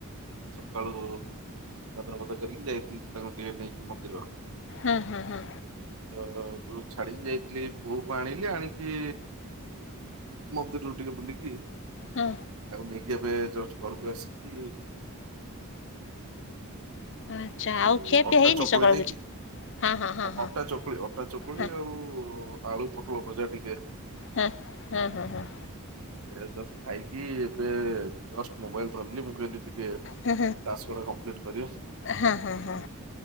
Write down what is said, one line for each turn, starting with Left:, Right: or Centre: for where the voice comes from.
Right: ସକାଳୁ ଗାଧୁଆ ଫାଦୁଆ କରିକି ଯାଇଥିଲି ତାଙ୍କୁ ଟିକେ ନେଇକି ମନ୍ଦିର।
Left: ହୁଁ ହୁଁ ହୁଁ।
Right: ତ ଯୋଉ ଛାଡିକି ଯାଇଥିଲି ପୁଅକୁ ଆଣିଲି ଆଣିକି ମନ୍ଦିରରୁ ଟିକେ ବୁଲିକି
Left: ହୁଁ।
Right: ତାକୁ ନେଇକି ଏବେ ଜଷ୍ଟ ଘରକୁ ଆସିକି
Left: ଆଚ୍ଛା ଆଉ
Right: ଏ
Left: ଖିଆ ପିଆ
Right: ଅଟା
Left: ହେଇନି
Right: ଚକୁଳି
Left: ସକାଳୁ
Right: ନୁହେଁକି
Left: କିଛି? ହଁ ହଁ ହଁ ହଁ
Right: ଅଟା ଚକୁଳି ଅଟା ଚକୁଳି
Left: ହଁ ହଁ।
Right: ଆଉ ଆଳୁ ପୋଟଳ ଭଜା ଟିକେ
Left: ହୁଁ ହୁଁ ହୁଁ ହୁଁ।
Right: ଏବେ ଜଷ୍ଟ ଖାଇକି ଏବେ ଜଷ୍ଟ ମୋବାଇଲ ଧରିଲି ମୁଁ କହିଲି ଟିକେ ଟାସ୍କ
Left: ହଁ
Right: ଗୁରା କମ୍ପ୍ଲଲିଟି କରିବା।
Left: ହଁ ହଁ ହଁ।